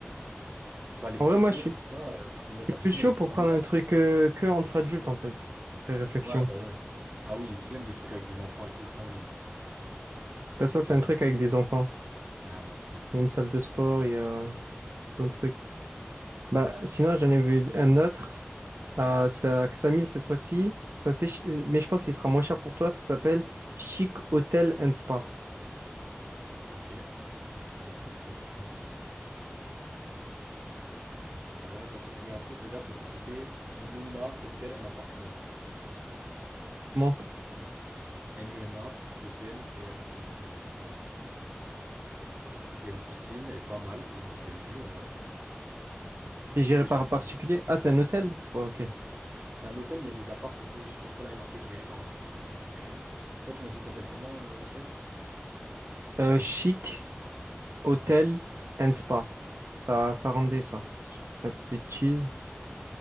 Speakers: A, on the right (about 40°); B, on the right (about 70°).
A: Je sais pas, les
B: En
A: photos
B: vrai, moi,
A: qu'ils
B: je
A: mettent,
B: suis,
A: on sait pas, euh, ils mettent
B: je suis
A: la
B: plus
A: piscine,
B: chaud
A: elle est
B: pour
A: dégueulasse
B: prendre un truc
A: et tout.
B: euh, que entre adultes, en fait, après réflexion.
A: Ouais, bah ouais. Ah oui, flemme des trucs avec des enfants et tout, j'ai pas envie.
B: Parce que
A: T'es
B: ça, c'est
A: envie.
B: un truc avec des enfants.
A: Ah non, flemme.
B: Il y a une salle de sport, il y a plein de trucs. Bah, sinon, j'en ai vu un autre à, c'est à Xamil cette fois-ci. Ça, c'est, ch- mais je pense qu'il sera moins cher pour toi. Ça s'appelle Chic Hotel and Spa.
A: Ok, je regarde ça de deux plans. Ouais, là je trouvais un truc, regarde de ton côté. Nuna Hotel and Apartment.
B: Comment?
A: N-U-N-A, hôtel et appartement. And apartment. Il y a une piscine, elle est pas mal, il y a une belle vue en vrai.
B: C'est géré
A: Petit déjeuner.
B: par un particulier? Ah, c'est un hôtel? Bon, ok.
A: C'est un hôtel, mais il y a des appartes aussi. Je sais pas pourquoi là il est marqué géré par un particulier. Après, c'est un peu cher. Toi, tu m'as dit, il s'appelle comment euh, l'hôtel?
B: Euh, Chic Hotel
A: Ouais.
B: and Spa. Ça, ça rendait ça. Si je dis Pas de bêtises.